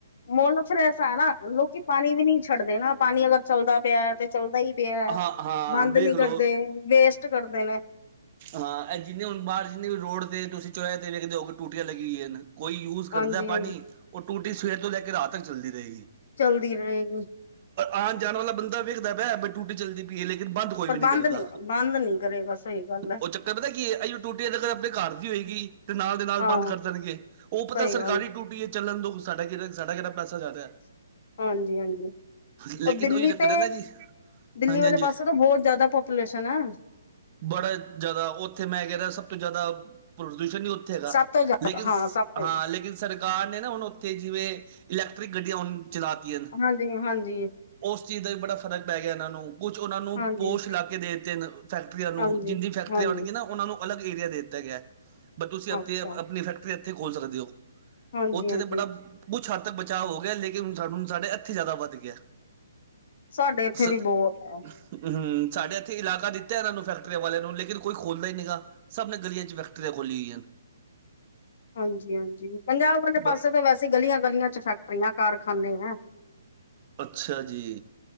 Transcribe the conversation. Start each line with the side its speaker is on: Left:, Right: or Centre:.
Left: ਮੁਲ ਫਿਰ ਐਸਾ ਹੈ ਨਾ ਲੋਕੀ ਪਾਣੀ ਵੀ ਨਹੀਂ ਛੱਡਦੇ ਨਾ ਪਾਣੀ ਅਗਰ ਚੱਲਦਾ ਪਿਆ ਤੇ ਚਲਦਾ ਹੀ ਪਿਆ
Right: ਹਾਂ ਹਾਂ
Left: ਬੰਦ
Right: ਵੇਖ
Left: ਨੀ
Right: ਲਓ
Left: ਕਰਦੇ ਵੇਸਟ ਕਰਦੇ ਨੇ
Right: ਹਾਂ ਇਹ ਜਿੰਨੇ ਹੁਣ ਬਾਹਰ ਜਿੰਨੇ ਵੀ ਰੋਡ ਤੇ ਤੁਸੀਂ ਚੋ੍ਹ ਤੇ ਵੇਖਦੇ ਹੋ ਕਿ ਟੂਟੀਆਂ ਲੱਗੀਆ ਹਨ। ਕੋਈ ਯੂਜ ਕਰਦਾ
Left: ਹਾਂਜੀ ਹਾਂਜੀ
Right: ਪਾਣੀ ਉਹ ਟੂਟੀ ਸਵੇਰ ਤੋਂ ਲੈ ਕੇ ਰਾਤ ਤੱਕ ਚੱਲਦੀ ਰਹੇਗੀ।
Left: ਚਲਦੀ ਰਹੇਗੀ,
Right: ਆਣ ਜਾਣ ਵਾਲਾ ਬੰਦਾ ਵੇਖਦਾ ਪਿਆ ਵੀ ਟੂਟੀ ਚੱਲਦੀ ਪੲੀਆ ਲੇਕਿਨ ਬੰਦ ਕੋਈ
Left: ਪਰ
Right: ਵੀ ਨਹੀਂ
Left: ਬੰਦ
Right: ਕਰਦਾ,
Left: ਨੀ ਬੰਦ ਨੀ ਕਰੇਗਾ ਸਹੀ ਗੱਲ ਹੈ
Right: ਉਹ ਚ ਪਤਾ ਕੀ ਅੱਜ ਟੂਟੀ ਨਗਰ ਆਬਦੇ ਘਰ ਦੀ ਹੋਏਗੀ ਤੇ ਨਾਲ ਦੇ ਨਾਲ
Left: ਹਾਂ
Right: ਬੰਦ ਕਰ ਦੇਣਗੇ, ਉਹ ਪਤਾ
Left: ਸਹੀ ਗੱਲ
Right: ਸਰਕਾਰੀ ਟੂਟੀ ਹੈ ਚੱਲਣ ਦੋ ਸਾਡਾ ਕਿਹੜਾ ਸਾਡਾ ਕਿਹੜਾ ਪੈਸਾ ਜਾ ਰਿਹਾ ਆ।
Left: ਹਾਂਜੀ-ਹਾਂਜੀ,
Right: ਲੇਕਿਨ
Left: ਉਹ ਦਿੱਲੀ
Right: ਉਹੀ ਚੱਕਰ
Left: ਤੇ
Right: ਹੈ ਨਾ ਜੀ
Left: ਦਿੱਲੀ
Right: ਹਾਂਜੀ-ਹਾਂਜੀ
Left: ਵਾਲੇ ਪਾਸੇ ਤਾਂ ਬਹੁਤ ਜ਼ਿਆਦਾ ਪਾਪੂਲੇਸ਼ਨ ਆ
Right: ਬੜਾ ਜ਼ਿਆਦਾ ਉਥੇ ਮੈਂ ਕਹਿ ਰਿਹਾ ਸਭ ਤੋਂ ਜ਼ਿਆਦਾ ਪ੍ਰਦੂਸ਼ਣ ਹੀ ਉਥੇ ਹੈਗਾ
Left: ਸਭ ਤੋਂ ਜ਼ਿਆਦਾ
Right: ਲੇਕਿਨ
Left: ਹਾਂ ਸਭ ਤੋਂ
Right: ਹਾਂ
Left: ਜ਼ਿਆਦਾ
Right: ਲੇਕਿਨ ਸਰੜ ਕਾਰ ਨੇ ਨਾ ਹੁਣ ਉੱਥੇ ਜਿਵੇਂ ਇਲੈਕਟ੍ਰਿਕ ਗੱਡੀਆਂ ਹੁਣ ਚਲਾਤੀਆਂ ਨੇ
Left: ਹਾਂਜੀ ਏ, ਹਾਂਜੀ ਏ,
Right: ਉਸ ਚੀਜ਼ ਦਾ ਵੀ ਬੜਾ ਫ਼ਰਕ ਪੈ ਗਿਆ ਇਹਨਾਂ ਨੂੰ ਕੁਛ ਉਹਨਾਂ ਨੂੰ
Left: ਹਾਂਜੀ
Right: ਪੋਸ਼ ਲਾ ਕੇ ਦੇ ਦਿੱਤੇ ਹਨ ਫੈਕਟਰੀਆਂ ਨੂੰ
Left: ਹਾਂਜੀ
Right: ਜਿਦੀ ਫੈਕਟ
Left: ਹਾਂਜੀ
Right: <unintelligible> ਨਾ ਉਹਨਾਂ ਨੂੰ ਅਲੱਗ ਏਰੀਆ ਦੇ ਦਿੱਤਾ ਗਿਆ, ਬ ਤੁਸੀਂ ਆਪਣੀ
Left: ਅੱਛਾ
Right: ਆਪਣੀ ਫੈਕਟਰੀ ਇੱਥੇ ਖੋਲ ਸਕਦੇ ਹੋ
Left: ਹਾਂਜੀ
Right: ਉੱਥੇ
Left: ਹਾਂਜੀ
Right: ਤਾਂ ਬੜਾ ਕੁੱਛ ਹੱਦ ਤੱਕ ਬਚਾਅ ਹੋ ਗਿਆ ਲੇਕਿਨ ਸਾਨੂੰ ਸਾਡੇ ਇੱਥੇ ਜਿਆਦਾ ਵੱਧ ਗਿਆ
Left: ਸਾਡੇ ਇੱਥੇ
Right: ਸ
Left: ਵੀ ਬੋਤ ਹੈ
Right: ਹੂੰ, ਸਾਡੇ ਇੱਥੇ ਇਲਾਕਾ ਦਿੱਤਾ ਇਹਨਾਂ ਨੂੰ ਫੈਕਟਰੀਆਂ ਵਾਲਿਆਂ ਨੂੰ ਲੇਕਿਨ ਕੋਈ ਖੋਲਦਾ ਹੀ ਨਹੀ ਗਾ ਸਭ ਨੇ ਗਲੀਆਂ ਚ ਫੈਕਟਰੀਆਂ ਖੋਲ੍ਹੀਆਂ ਹਨ।
Left: <unintelligible> ਹਾਂਜੀ-ਹਾਂਜੀ, ਪੰਜਾਬ ਵਾਲੇ ਪਾਸੇ
Right: ਬ
Left: ਤਾਂ ਵੈਸੇ ਗਲੀਆਂ- ਗਲੀਆਂ ਚ ਫੈਕਟਰੀਆਂ ਕਾਰਖਾਨੇ ਹੈਂ।
Right: ਅੱਛਾ ਜੀ।